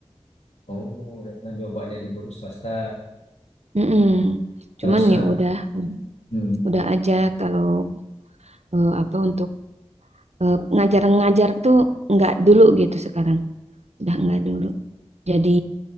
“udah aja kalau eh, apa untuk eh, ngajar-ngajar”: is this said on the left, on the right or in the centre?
Right